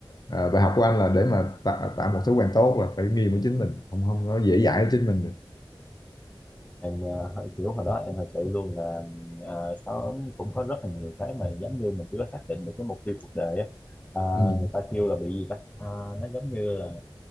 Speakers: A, on the left; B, on the left.
A: ờ, bài học của anh là để mà tạo, tạo một thói quen tốt là phải nghiêm với chính mình không không có dễ dãi với chính mình được
B: em ờ, kiểu hồi đó em thật sự luôn là ờ, có cũng có rất là nhiều cái mà giống như mình chưa có xác định được cái mục tiêu cuộc đời á Ờ,
A: ừ,
B: người ta kêu là bị gì ta Ờ, nó giống như là